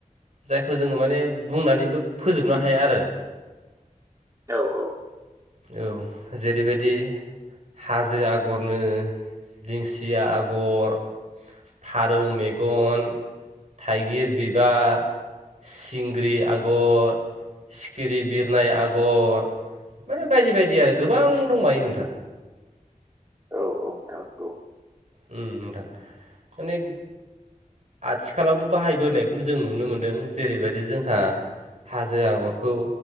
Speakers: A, on the right; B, on the right.
A: जायखौ जोङो माने बुंनानैबो फोजोबनो हाया आरो <inaudible>
B: औ औ
A: औ जेरैबायदि हाजो आगरनो दिंसिया आगर फारौ मेगन थाइगिर बिबार सिंग्रि आगर सिखिरि बिरनाय आगर माने बायदि बायदि आरो गोबां दंबायो नोंथां
B: औ औ नोंथां नंगौ
A: उम नोंथां माने आथिखालावबो बाहायबोनायखौ जों नुनो मोन्दों जेरैबायदि जोंहा हाजो आगरखौ